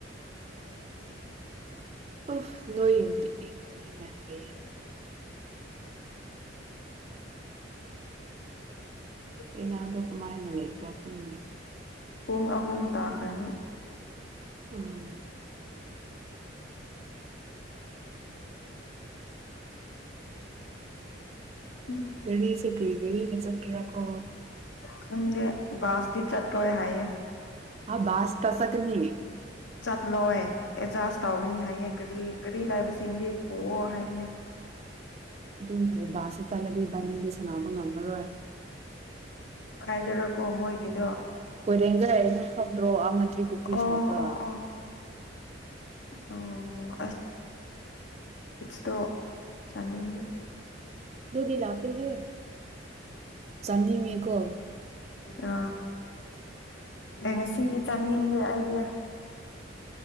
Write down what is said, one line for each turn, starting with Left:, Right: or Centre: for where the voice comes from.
Right: ꯎꯐ ꯅꯣꯏ ꯌꯨꯝꯇ ꯏꯪꯕ ꯊꯦꯡꯅꯗ꯭ꯔꯤ
Left: ꯑ
Right: ꯅꯅꯥꯗꯣ ꯀꯃꯥꯏꯅ ꯂꯩ ꯄꯥꯥꯛꯇꯨꯡꯅꯤ
Left: ꯄꯨꯡ ꯑꯍꯨꯝ ꯇꯥꯈ꯭ꯔꯅꯤ
Right: ꯎꯝ
Left: ꯑꯁ
Right: ꯀꯔꯤ ꯆꯦ ꯀꯔꯤꯒꯔꯤ ꯖꯞꯀꯤꯔꯀꯣ
Left: ꯆꯪꯒꯦ ꯁꯇ ꯆꯠ ꯂꯣꯏ ꯍꯥꯏꯌꯦꯌꯦ
Right: ꯍꯥꯥ ꯁ ꯇꯁ ꯀꯅꯤ
Left: ꯆꯠ ꯂꯣꯑ ꯑꯦꯖꯥꯁ ꯇꯧꯒꯅꯤ ꯍꯥꯏꯌꯦꯒ꯭ꯔꯤ ꯒꯥꯔꯤ ꯂꯥꯏꯕꯁꯤꯡꯗꯤ ꯄꯣꯛꯑꯣ ꯍꯥꯏꯕꯅꯤ
Right: ꯑꯗꯨ ꯀꯥꯏ ꯆꯂꯗꯤꯦꯕꯅꯤ ꯁꯅꯥ ꯄꯪꯒꯥꯃꯔꯣꯦ
Left: ꯀꯥꯏꯗꯔꯀꯣ ꯃꯣꯏꯒꯤꯗꯣ
Right: ꯔꯦ ꯐ꯭ꯔꯣ ꯔꯤ ꯄꯨ ꯄꯨꯈ꯭ꯔꯤ
Left: ꯑꯣ
Right: ꯁꯥꯏꯠꯇ
Left: ꯑꯣ ꯑꯣ ꯑꯣ ꯇꯣ ꯆꯅꯤ
Right: ꯑꯗꯨꯗꯨꯗꯤꯂꯄꯦ ꯍꯦ ꯆꯗꯤꯅꯤ ꯀꯣ
Left: ꯑ ꯑꯦꯉ ꯁꯤ ꯆꯥꯅꯤꯡꯗꯦ ꯑꯩꯗꯤ